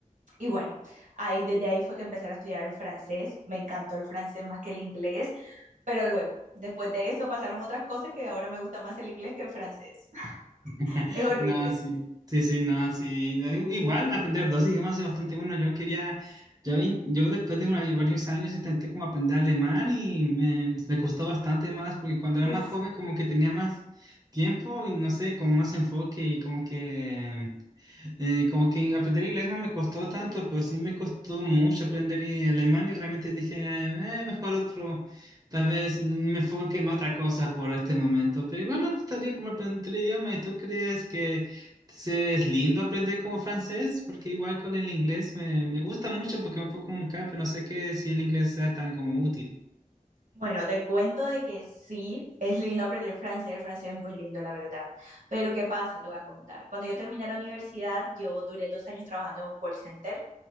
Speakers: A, on the right (about 65°); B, on the right (about 30°).
A: y bueno, ahí desde ahí fue que empecé a estudiar el francés. Me encantó el francés más que el inglés, pero luego, después de eso pasaron otras cosas que ahora me gusta más el inglés que el francés. <laughs>
B: <laughs>
A: Es horrible.
B: No, sí, sí, sí, no, sí. Da i- Igual aprender dos idiomas es bastante bueno. Yo quería, yo, in- yo después de una- varios años intenté como aprender alemán y me, me costó bastante más porque cuando era
A: Uf,
B: más joven como que tenía más tiempo y no sé, como más enfoque y como que eh, como que aprender inglés no me costó tanto, pero sí me costó mucho aprender i- alemán y realmente dije, "Eh, mejor otro, tal vez me enfoque en otra cosa por este momento, pero igual me gustaría como aprender el idioma y tú crees que se- es lindo aprender como francés, porque igual con el inglés me, me gusta mucho porque me puedo comunicar, pero no sé qué si el inglés sea tan como útil.
A: Bueno, te cuento de que sí, es lindo aprender francés, el francés es muy lindo, la verdad. Pero ¿qué pasa? Te voy a contar. Cuando yo terminé la universidad, yo duré dos años trabajando en un call center